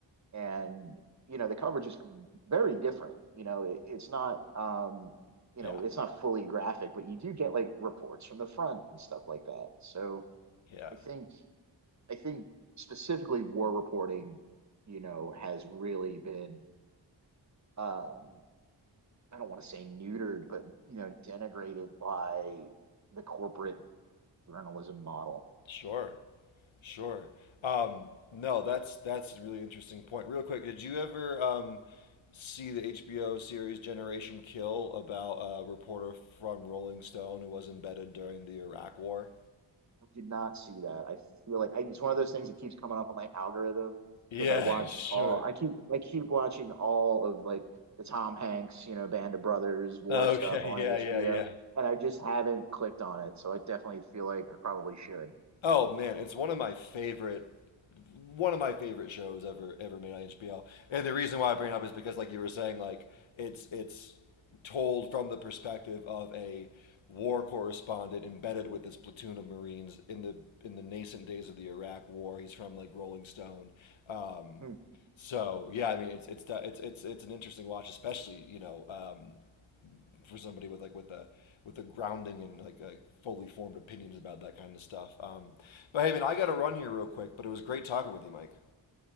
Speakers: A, on the right; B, on the left.
A: And you know, the coverage is very different. You know, it, it's not um, you
B: yeah
A: know, it's not fully graphic, but you do get like reports from the front and stuff like that. So
B: yeah
A: I think I think specifically war reporting, you know, has really been um I don't want to say neutered, but you know, denigrated by the corporate journalism model.
B: Sure, sure. Um, no, that's that's a really interesting point. Real quick, did you ever um, see the HBO series Generation Kill about a reporter from Rolling Stone who was embedded during the Iraq War?
A: I did not see that. I feel like I, it's one of those things that keeps coming up on my algorithm
B: Yeah,
A: because I watch
B: <laughs> sure.
A: all I keep I keep watching all of like the Tom Hanks, you know, Band of Brothers war
B: Okay,
A: stuff on
B: yeah,
A: HBO,
B: yeah, yeah.
A: and I just haven't clicked on it. So I definitely feel like I probably should.
B: Oh man, it's one of my favorite one of my favorite shows ever ever made on HBO. And the reason why I bring it up is because like you were saying like it's it's told from the perspective of a war correspondent embedded with this platoon of Marines in the in the nascent days of the Iraq war. He's from like Rolling Stone. Um
A: Hmm.
B: so yeah, I mean it's it's it's it's it's an interesting watch, especially you know um, for somebody with like with a with a grounding and like a fully formed opinions about that kind of stuff. Um, but hey, man, I got to run here real quick. But it was great talking with you, Mike.